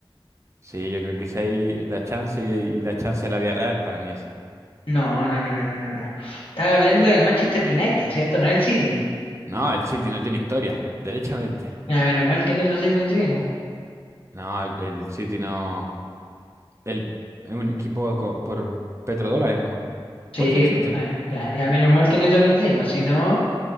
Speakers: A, on the right; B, on the left.
A: Sí, yo creo que si hay la chance y, y la chance de la vía Real para mí esa.
B: No, no, no, no, no, no, no. Estaba hablando del Manchester United, ¿cierto? No el City.
A: No, el City no tiene historia, derechamente.
B: Ya, menos mal que en eso sí coincidimos.
A: No, el el City no. El, es un equipo co- por petrodólares nomás.
B: Sí,
A: Por eso existe.
B: pues, eh, ya, ya menos mal que en eso coincidimos. Si no,